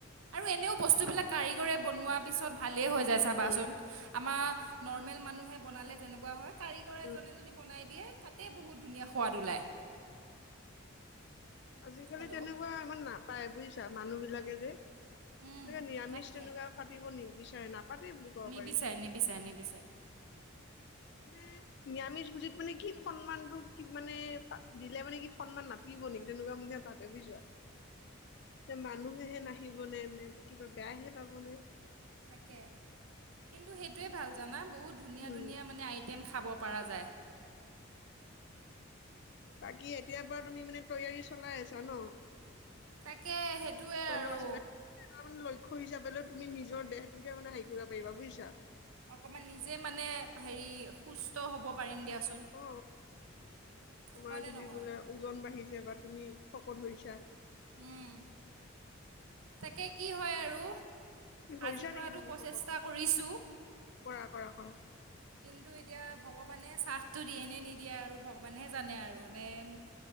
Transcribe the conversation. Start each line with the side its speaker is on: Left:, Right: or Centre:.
Right: আৰু এনেও বস্তুবিলাক কাৰিকৰেী বনোৱাৰ পিছত ভালেই হৈ যায় চাবাচোন
Left: উম
Right: আমাৰ নৰ্মেল মানুহে বনালে যেনেকুৱা হয় কাৰিকৰ এজনে
Left: উম
Right: যদি বনাই দিয়ে তাতে বহুত ধুনীয়া সোৱাদ ওলায়
Left: আজিকালি
Right: হেল্ল'
Left: তেনেকুৱা ইমান নাপায় বুজিছা মানুহ বিলাকে যে তে
Right: উম,
Left: নিৰামিষ
Right: তাকে
Left: তেনেকুৱা পাতিব নিবিচাৰে ন পাতে বুলি কব
Right: নিবিচাৰে,
Left: পাৰি
Right: নিবিচাৰে, নিবিচাৰে।
Left: মানে নিয়ামিজ বুলি। মানে কি সন্মানটোক কি মানে প দিলে মানে কি সন্মান নাথাকিব নেকি তেনেকুৱা বুলি ভাবে বুজিছ। মানুহেহে নাহিবনে নে কিবা বেয়াহে পাব নে।
Right: তাকে কিন্তু সেইটোয়ে ভাল জানা বহুত ধুনীয়া
Left: উম
Right: ধুনীয়া মানে আই টেম খাব পাৰা যায়।
Left: বাকী এতিয়াৰ পৰা তুমি মানে তৈয়াৰী চলাই আছা ন
Right: তাকে সেইটোৱে
Left: চলো
Right: আৰু
Left: আছিলেটামান লৈ হিচাপে তুমি নিজৰ দেহটোকোনে হেৰি কৰিব পাৰিবা বুজিছা।
Right: অকমান নিজে মানে হেৰি সুস্থ হ'ব পাৰিম দিয়াচোন
Left: অ তোমাৰ
Right: হয়নে
Left: যদি
Right: নহয়
Left: বোলে ওজন বাঢ়িছে বা তুমি শকত হৈছা
Right: উম তাকে কি হয় আৰু
Left: হৈছা
Right: আজিৰ পৰাতো
Left: নেকি তুমি
Right: প্ৰচেষ্টা
Left: শকত
Right: কৰিছোঁ
Left: কৰা কৰা কৰা
Right: কিন্তু এতিয়া ভগৱানে চ্বফটো দিয়ে নে নিদিয়ে আৰু ভগৱানেহে জানে আৰু নে মোক